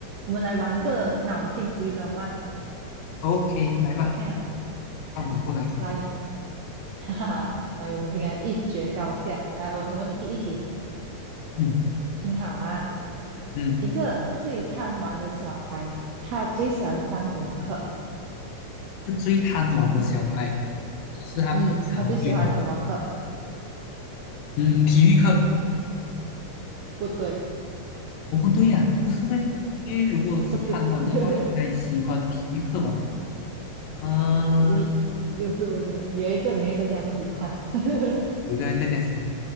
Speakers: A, on the right (about 75°); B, on the left (about 75°).
A: 我们来玩个脑筋急转弯
B: OK，来吧，
A: ，OK 吗？
B: 放马过来。
A: 来，<laughs> 哈哈，来，我们今天一决高下。来，我先问你第一题，
B: 嗯
A: 听好啊。
B: 嗯，
A: 一个最贪玩的小孩，他最喜欢上什么课？
B: 一个最贪玩的小孩，就是他平常有点，
A: 嗯，他最喜欢什么课？
B: 嗯，体育课，
A: 不对，
B: 哦不对呀、不是咩？因为如果是贪玩的话，
A: 不是，<laughs>
B: 应该喜欢体育课吧？嗯、
A: 你就是不是有一个你会更加喜欢？<laughs>
B: 有个更加喜欢，